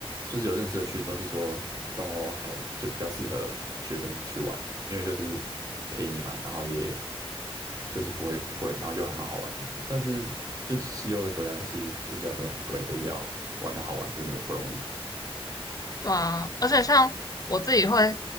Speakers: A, on the right; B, on the left.
A: 就是有认识的去都是说东欧还就比较适合学生去玩，因为就是便宜嘛，然后也就是不会很贵，然后又还蛮好玩的。但是就西欧的国家就是物价真的很贵，就是要玩的好玩真的不容易。
B: 对啊，而且像我自己会